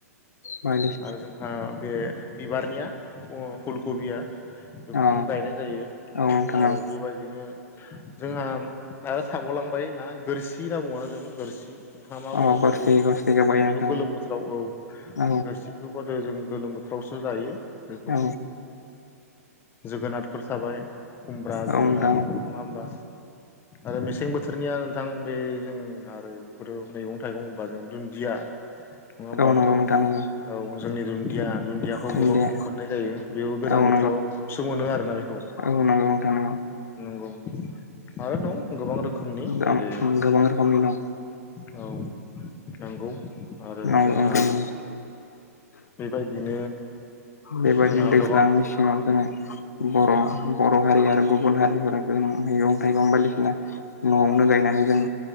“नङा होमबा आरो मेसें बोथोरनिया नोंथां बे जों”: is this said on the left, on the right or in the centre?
Left